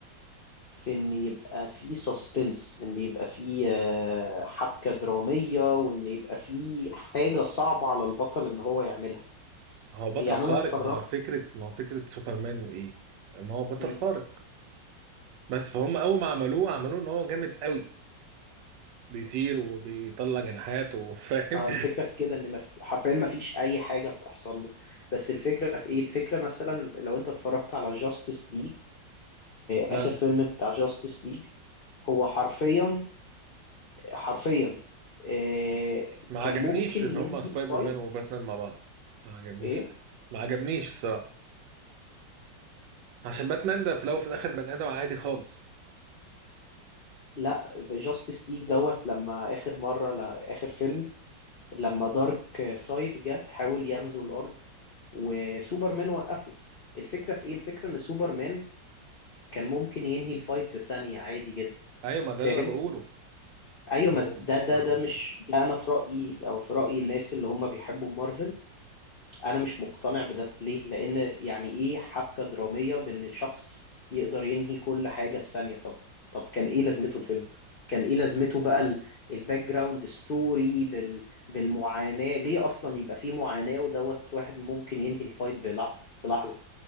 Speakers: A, on the left; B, on the right.
A: في ان يبقى في سسبنس ان يبقى في آه، حبكة درامية وان يبقى في حاجة صعبة على البطل ان هو يعملها
B: هو بطل
A: يعني
B: خارق
A: انا اتفرجت
B: مع فكرة مع فكرة سوبرمان ايه ان هو بطل
A: مم.
B: خارق بس فهم اول ما عملوه عملوه ان هو جامد قوي بيطير وبيطلع جناحات وفاهم
A: ما هو الفكرة في كده ان مف... حرفيا ما فيش اي حاجة بتحصل له بس الفكرة في ايه الفكرة مثلا لو انت اتفرجت على جاستس ليج
B: <laughs> ها
A: اخر فيلم بتاع جاستس ليج هو حرفيا حرفيا آه،
B: ما
A: كان
B: عجبنيش
A: ممكن
B: ان
A: ينهي
B: هم سبايدر
A: الفايت
B: مان وباتمان مع بعض ما عجبنيش
A: ايه
B: يعني. ما عجبنيش الصراحة عشان باتمان ده في الاول وفي الاخر بني ادم عادي خالص
A: لا جاستس ليج دوت لما اخر مره لا اخر فيلم لما دارك سايد جه حاول يغزو الارض وسوبرمان وقفه الفكره في ايه الفكره ان سوبرمان كان ممكن ينهي الفايت في ثانيه عادي جدا
B: ايوه ما ده
A: فاهم
B: اللي انا بقوله
A: ايوه
B: ما,
A: ما
B: بقوم.
A: ده ده
B: ما
A: ده مش ده انا في رايي او في راي الناس اللي هم بيحبوا مارفل انا مش مقتنع بده ليه لان يعني ايه حبكة درامية بان شخص يقدر ينهي كل حاجة في ثانية طب طب كان ايه لازمته الفيلم كان ايه لازمته بقى ال- الباك جراوند ستوري بال بالمعاناة ليه اصلا يبقى فيه معاناة ودوت واحد ممكن ينهي الفايت بلح- في لحظة